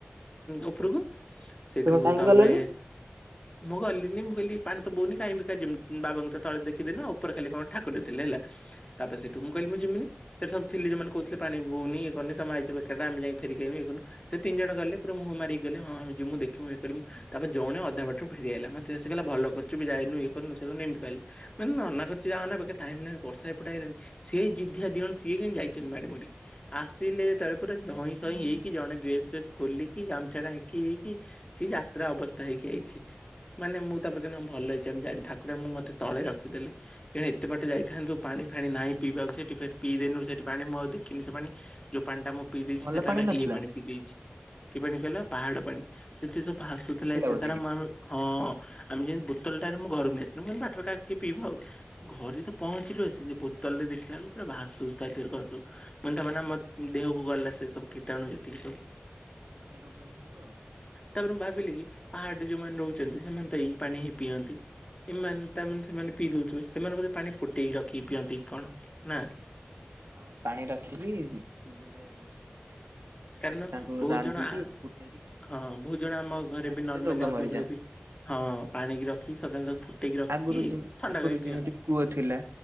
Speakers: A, on the left; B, on the right.
A: ଉଁ ଉପୁରୁକୁ ସେଇଠୁ
B: ତୁମେ କାହିଁକି
A: ତମେ
B: ଗଲନି?
A: ମୁଁ ଗଲିନି ମୁଁ କହଲି ପାଣି ତ ବୋହୁନି କାଇଁ ବେ ଜୀମି ଉଁ ବାବାଙ୍କୁ ତ ତଳେ ଦେଖିଦେନ ଆଉ ଓପୋରେ ଖାଲି କଣ ଠାକୁର ଥିଲେ ହେଲା ତାପରେ ସେଇଠୁ ମୁଁ କହିଲି ମୁଁ ଯିମିନି। ସେଇଠି ସବୁ ଥିଲି ଯୋଉମାନେ କୋହୁଥିଲେ ପାଣି ବୋହୁନି ଇଏ କରୁନି ତମେ ଆଇଚ ବେକାରଟାରେ ଆମେ ଯାଇକି ଫେରିକି ଆଇନୁ ଇଏ କନୁ ସେ ତିନି ଜଣ ଗଲେ ପୁରା ମୁଁ ମାରିକି ଗଲେ ହଁ ଆମେ ଯିମୁ ଦେଖିମୁ ଇଏ କରିମୁ ତାପରେ ଜଣେ ଅଧା ବାଟରୁ ଫେରିଆଇଲା ମତେ ଆସିକି କହିଲା ଭଲ କରିଚୁ ବେ ଯାଇନୁ ଇଏ ରୁନି ଏମିତି କହିଲେ ମାନେ ମନା କରୁଚି ଯାଅନା ବେକା ଟାଇମ୍ ଲେ ବର୍ଷା ଏପେଟ ଆଇଲାଣି ସେଇ ଜିଦିଆ ଦି ଜଣ ସିଏ କିନ୍ତୁ ଯାଇଚନ୍ତି ମାଡି ମାଡିିକି ଆସିଲେ ଯେତୋବେଳେ ପୁରା ଧଇଁ ସଇଁ ହେଇକି ଜଣେ ଡ୍ରେସ ଫ୍ରେସ ଖୋଲିକି ଗାମଛା ଢାଙ୍କି ହେଇକି ସେ ଯାତ୍ରା ଅବସ୍ଥା ହେଇକି ଆଇଛି। ମାନେ ମୁଁ ତା ପରେ କହିନି ହଁ ଭଲ ହେଇଚି ଆମେ ଜାଇନୁ। ଠାକୁର ଆମ ମୁଁ ମତେ ତଳେ ରଖିଦେଲେ ଏଣେ ଏତେ ବାଟ ଯାଇଥାନ୍ତୁ ପାଣି ଫାଣି ନାହିଁ ପିଇବାକୁ ସେଠି ଫେର ପିଇଦେନୁ। ସେଇଠି ପାଣି ମୁଁ ଆଉ ଦେଖିନି ସେ ପାଣି ଯୋଉ ପାଣିଟା ମୁଁ ପିଇଦେଇଛି
B: ଭଲ
A: ସେଟା ହେଲା
B: ନଥିଲା
A: ଇଏ ପାଣି ପିଇଦେଇଛି କି ପାଣି କହିଲ ପାହାଡ ପାଣି। ସେଠି ସବୁ ଭାସୁଥିଲା ଏତେ
B: ବୋଧେ
A: ସାରା
B: କିଛି
A: ମୁଁ ଆମେ ହଁ ଆମେ ଯେନ୍ତି ବୋତୋଲଟା ରେ ମୁଁ ଘରୁ ନେଇଥିଲି ମୁଁ କହିଲି ବାଟରେ କାଳେ କିଏ ପିଇବା ଆଉ ଘରେ ତ ପହଞ୍ଚିଲୁ ଆସିକି ବୋତଲରେ ଦେଖିଲା ବେଳକୁ ପୁରା ଭାସୁଛି ତା ଭିତରେ କଣ ସବୁ ମାନେ ତା ମାନେ ଆମ ଦେହକୁ ଗଲା ସେ ସବୁ କୀଟଣୁ ଯେତିକି ସବୁ।
B: ରୋଗ ହେଇଥିବ ଆଉ।
A: ତାପରେ ମୁଁ କହିଲି କି ପାହାଡରେ ଯୋଉମାନେ ରହୁଚନ୍ତି ସେମାନେ ତ ଏଇ ପାଣି ହିଁ ପିଅନ୍ତି। ଏମାନେ ତାମାନେ ସେମାନେ ପିଇ ଦୋଉଥିବେ ସେମାନେ ବୋଧେ ପାଣି ଫୁଟେଇକି ରଖିକି ପିଅନ୍ତି କି କଣ ନା।
B: ହଁ ପାଣି ରଖିକି ଚୁଲିରେ ଫେରେ
A: କାରଣ
B: ତାଙ୍କୁ
A: ବୋହୁତ
B: ରାନ୍ଧିକି
A: ଜଣ ଆଁ
B: ଫୁଟେଇକି ପିଅନ୍ତି।
A: ହଁ ହଁ ବୋହୁତ ଜଣ ଆମ ଘରେ
B: ତା
A: ବି
B: ଦେହରେ
A: ନର୍ମାଲି
B: ରୋଗ
A: ଅଧା
B: ମରିଯାଆନ୍ତି।
A: ବେଳେ ବି ହଁ ପାଣିକି ରଖିକି ସଦାବେଳେ ତାକୁ ଫୁଟେଇକି ରଖିକି
B: ଆଗରୁ ଯେମି
A: ଥଣ୍ଡା
B: ଆଗରୁ
A: କରିକି
B: ଯେମିତି
A: ପିଅନ୍ତି।
B: କୂଅ ଥିଲା